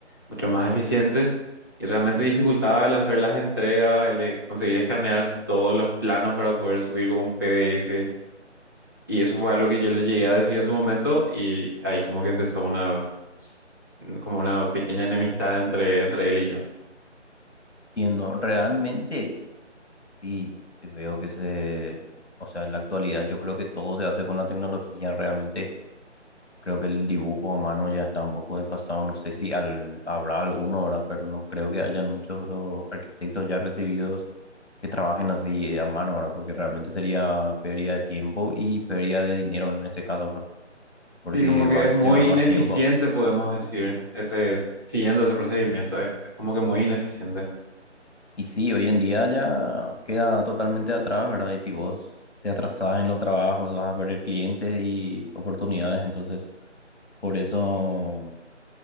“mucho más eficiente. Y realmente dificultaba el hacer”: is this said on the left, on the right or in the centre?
Right